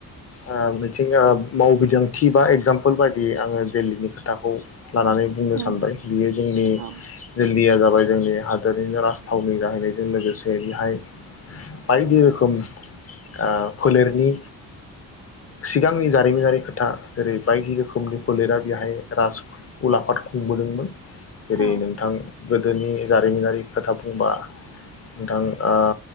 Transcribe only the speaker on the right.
उम
औ
औ